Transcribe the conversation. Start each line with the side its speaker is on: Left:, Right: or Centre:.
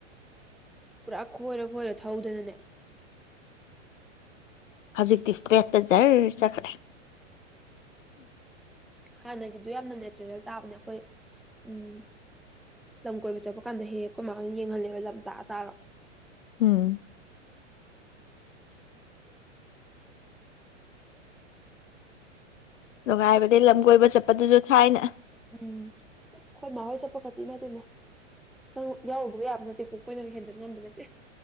Centre: ꯄꯨꯔꯥ ꯈꯣꯏꯔ ꯈꯣꯏꯔ ꯊꯧꯗꯅꯅꯦ
Left: ꯍꯧꯖꯤꯛꯇꯤ ꯁ꯭ꯇꯦꯠꯇ ꯖꯔ ꯆꯠꯈ꯭ꯔꯦ
Centre: ꯍꯥꯟꯅꯒꯤꯗꯣ ꯌꯥꯝꯅ ꯅꯦꯆꯔꯦꯜ ꯇꯥꯕꯅꯦ ꯑꯩꯈꯣꯏ ꯎꯝ ꯂꯝ ꯀꯣꯏꯕ ꯆꯠꯄ ꯀꯥꯟꯗ ꯍꯦꯛ ꯍꯦꯛ ꯑꯩꯈꯣꯏ ꯃꯥꯅ ꯌꯦꯡꯍꯜꯂꯦꯕ ꯂꯝ ꯇꯥꯛꯑ ꯇꯥꯛꯑꯒ
Left: ꯎꯝ ꯅꯨꯡꯉꯥꯏꯕꯅꯤ ꯂꯝ ꯀꯣꯏꯕ ꯆꯠꯄꯗꯨꯁꯨ ꯊꯥꯏꯅ
Centre: ꯎꯝ ꯍꯣꯏ ꯃꯥ ꯍꯣꯏ ꯆꯠ ꯀꯣꯛꯀꯥ ꯆꯤꯛꯏ ꯏꯃꯥꯢꯄꯦꯝꯃ ꯁꯔꯨꯛ ꯌꯥꯎꯔꯨꯕꯒ ꯌꯥꯕ ꯅꯠꯇꯦ ꯑꯣ ꯑꯩꯈꯣꯏꯅ ꯍꯦꯟꯗꯠ ꯉꯝꯕ ꯅꯠꯇꯦ